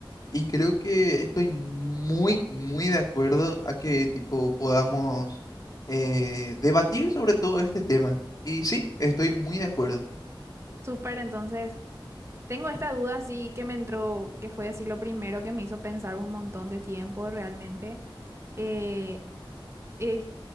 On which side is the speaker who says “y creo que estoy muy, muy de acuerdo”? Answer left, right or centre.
Left